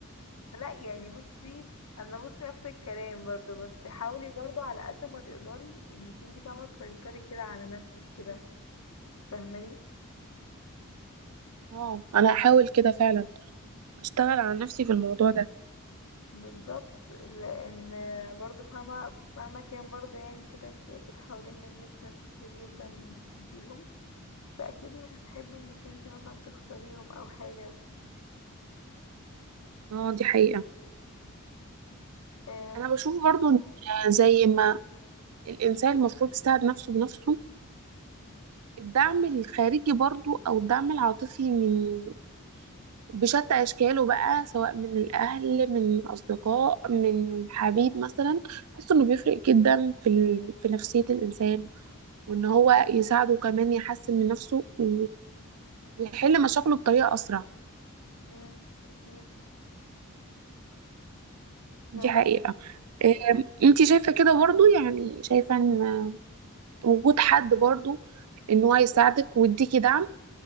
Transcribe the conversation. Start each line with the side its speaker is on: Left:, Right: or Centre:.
Left: لا يعني بصي انا بصي نفس الكلام برضو بس حاولي برضو على قد ما تقدري انك انتي فاهمة تسيطري كده على نفسك كده فاهماني
Right: اه انا هحاول كده فعلا اشتغل على نفسي في الموضوع ده
Left: بالظبط لان برضه فاهمة مهما كان برضه يعني كده انت اكيد حوالين منك ناس كتير جدا بتحبيهم فاكيد مش هتحبي انك انت مثلا تخسريهم او حاجة
Right: اه دي حقيقة
Left: أم،
Right: انا بشوف برضو إن زي ما الانسان المفروض يساعد نفسه بنفسه الدعم الخارجي برضو او الدعم العاطفي من بشتى اشكاله بقى سواء من الاهل من اصدقاء من حبيب مثلا بحس انه بيفرق جدا في ال... في نفسية الانسان وان هو يساعده كمان يحسن من نفسه و... ويحل مشاكله بطريقة اسرع
Left: أم، اكيد
Right: دي
Left: يعني
Right: حقيقة أم، انتي شايفة كده برضو يعني شايفة ان وجود حد برضو ان هو يساعدك ويديكي دعم